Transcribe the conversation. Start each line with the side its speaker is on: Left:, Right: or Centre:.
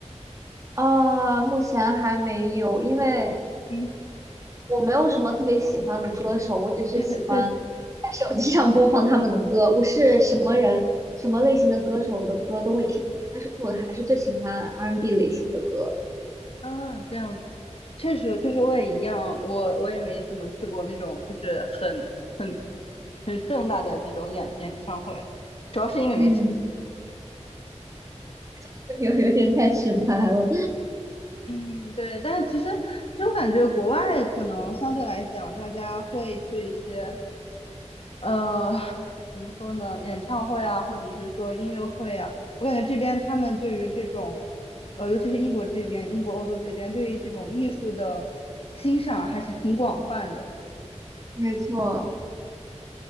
Right: 啊，目前还没有，因为
Left: 嗯，
Right: 我没有什么特别喜欢的歌手，我只是喜欢在手机上播放他们的歌。
Left: 确确实
Right: 我是什么人，什么类型的歌手的歌都会听一点，但是我还是最喜欢 R&B n 类型的歌。
Left: 啊，这样子，确实确实我也一样，我我也没怎么去过那种就是很很很盛大的这种演演唱会，主要是因为没
Right: 嗯，<laughs> 有有点太直白了。
Left: 嗯，对，但是其实其实我感觉国外可能相对来讲，大家会去一些呃怎么说呢，演唱会啊，或者是说音乐会啊，我感觉这边他们对于这种呃，尤其是英国这边，英国欧洲这边对于这种艺术的欣赏还是挺广泛的。
Right: 没错，